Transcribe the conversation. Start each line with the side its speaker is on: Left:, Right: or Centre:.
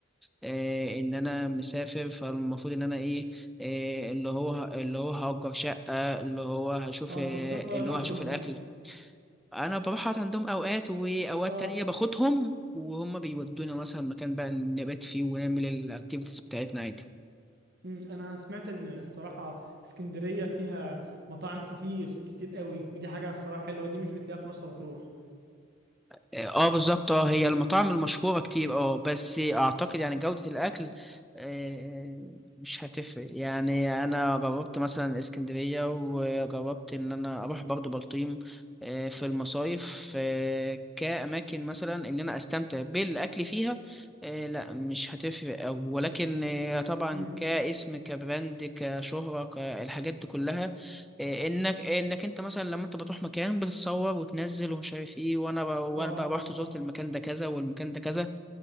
Centre: آه، ان انا مسافر فالمفروض ان انا ايه آه، اللي هو اللي هو هأجر شقة اللي هو هشوف
Right: اه
Centre: آه،
Right: انت بتروح تقعد
Centre: اللي
Right: عندهم
Centre: هو هشوف الاكل
Right: يعني
Centre: انا بروح أقعد عندهم اوقات واوقات
Right: اه
Centre: تانية باخدهم وهم بيودونا مثلا مكان بقى نبات فيه ونعمل الاكتيفيتيز بتاعتنا عادي
Right: مم، انا سمعت ان الصراحه اسكندريه فيها مطاعم كتير كتير قوي ودي حاجه الصراحه حلوه دي مش بتلاقيها في مرسى مطروح
Centre: اه آه، بالظبط اه هي المطاعم المشهورة كتير اه بس اعتقد يعني جودة الاكل آه، مش هتفرق يعني انا جربت مثلا اسكندرية وجربت ان انا اروح برضو بلطيم آه، في المصايف آه، كأماكن مثلا ان انا استمتع بالاكل فيها آه، لا مش هتفرق أوي. ولكن آه، طبعا
Right: امم
Centre: كاسم كبراند كشهرة الحاجات دي كلها إيه انك انك انت مثلا لما انت بتروح مكان بتتصور وتنزل ومش عارف ايه وانا بقى وانا
Right: اه
Centre: بقى رحت
Right: اه
Centre: زرت المكان ده كذا والمكان ده كذا